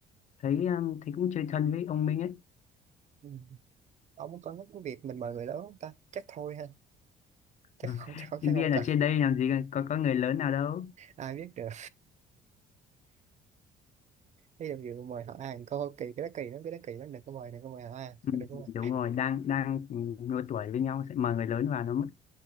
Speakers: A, on the left (about 45°); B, on the right (about 45°).
A: thấy ờ, thấy cũng chơi thân với ông Minh ấy
B: Ừ. ông có nhắc cái việc mình mời người lớn không ta chắc thôi ha chắc
A: Ờ,
B: không chắc không,
A: sinh
B: chắc không
A: viên
B: cần
A: ở trên đây làm gì có có người lớn nào đâu
B: ai biết được ví dụ như mời họ ăn coi kỳ cái đó kỳ lắm cái đó kỳ lắm đừng có mời đừng có mời họ ăn
A: Ừm,
B: đừng có mời
A: đúng rồi đang đang độ tuổi với nhau sẽ mời người lớn vào nó mất